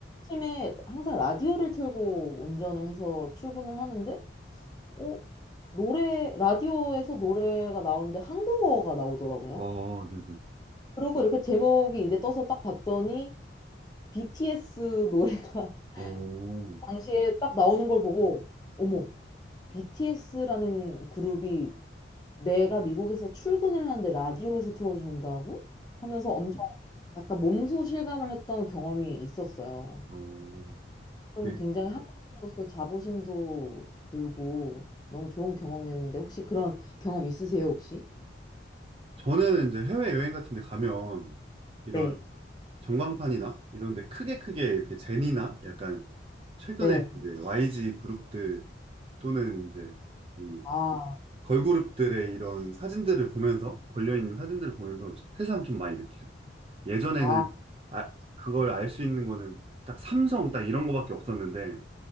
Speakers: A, on the left; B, on the right.
A: 팀에 항상 라디오를 틀고 운전을 해서 출근을 하는데 어? 노래, 라디오에서 노래가 나오는데 한국어가 나오더라고요.
B: 어, 네네.
A: 그리고 이렇게 제목이 이제 떠서 딱 봤더니 BTS 노래가
B: 어, 어,
A: <laughs> 당시에 딱 나오는 걸 보고, 어머, BTS라는 그룹이 내가 미국에서 출근을 하는데 라디오에서 틀어준다고? 하면서 엄청 약간 몸소 실감을 했던 경험이 있었어요.
B: 어.
A: 좀
B: 네.
A: 굉장히 한국인으로서 자부심도 들고 너무 좋은 경험이었는데 혹시 그런 경험 있으세요, 혹시?
B: 저는 이제 해외여행 같은 데 가면 이런
A: 네.
B: 전광판이나 이런 데 크게 크게 이렇게 제니나 약간 최근에
A: 네.
B: 이제 YG 그룹들 또는 이제 이
A: 아,
B: 걸그룹들의 이런 사진들을 보면서, 걸려있는 사진들을 보면서 새삼 좀 많이 느끼죠. 예전에는
A: 아,
B: 아, 그걸 알 수 있는 거는 딱 삼성 딱 이런 거밖에 없었는데,